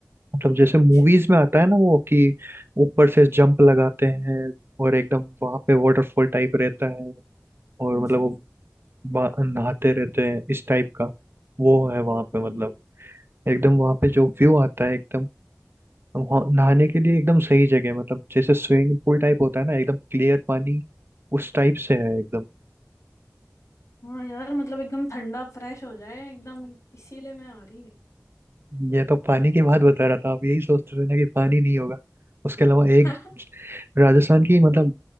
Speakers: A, on the right; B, on the left.
A: मतलब जैसे
B: अच्छा
A: मूवीज में आता है ना वो कि ऊपर से जंप लगाते हैं और एकदम वहां पे वाटरफॉल टाइप रहता है और मतलब
B: जी
A: वो बा- नहाते रहते हैं इस टाइप का वो है वहां पे
B: जी।
A: मतलब एकदम वहां पे जो व्यू आता है एकदम हम हो- नहाने के लिए एकदम सही जगह है मतलब जैसे स्विमिंग पूल टाइप होता है ना एकदम क्लियर पानी उस टाइप से है एकदम
B: हाँ यार मतलब एकदम ठंडा फ्रेश हो जाए एकदम इसीलिए मैं आ रही
A: ये तो पानी की बात बता रहा था आप यही सोचते थे ना कि पानी नहीं होगा उसके अलावा
B: <laughs>
A: एक राजस्थान की मतलब